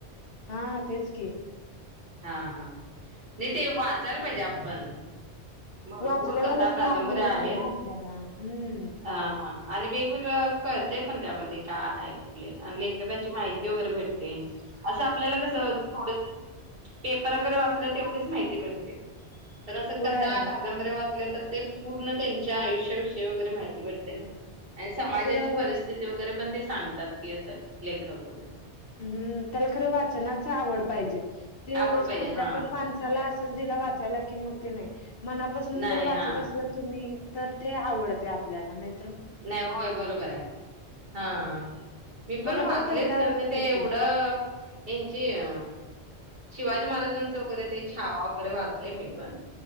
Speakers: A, on the left; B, on the right.
A: हा.. तेच की.
B: हा.. हा. नई ते वाचायला पाहिजे आपण. भरपूर
A: वाचल्यावरच
B: कथा
A: ज्ञान
B: कादंबऱ्या
A: मिळते
B: आहेत.
A: ना आपल्याला हम्म
B: हा.. हा.. आणि वेगवेगळं कळतंय पण त्यामध्ये.. का आहे कुठले? अन् लेखकाची माहिती वगरे भेटते. असं आपल्याला कसं थोडंच पेपर वगरे वाचल्या, तेवढीच माहिती भेटते. पण असं
A: होय
B: कथा कादंबऱ्या वाचल्या तर? ते पूर्ण त्यांच्या आयुष्याविषयी वगरे माहिती भेटते ना. आन् समाजाची
A: ते जरा
B: परिस्थिती वगरे पण ते सांग त्याात की असं लेखा वग
A: हम्म. त्याला खरं वाचनाचं आवड पाहिजे. ते उगच
B: आवड पाहिजे
A: कुठल्या
B: हा
A: पण माणसाला असच दिलं वाचायला. की मुक्ती नाई मनापासून
B: नाही
A: जर वाचत
B: हा
A: असला तुमी तर ते हावडते आपल्याला. नाही
B: नाइ होय, बरोबर आए. हा, मी
A: मला
B: पण वाचलेत
A: पहिला
B: कनतं
A: नव्हती
B: ते एव द यांची अ शिवाजी महाराजांच वगरे ते, छावा वगरे वाचलंय मी पण.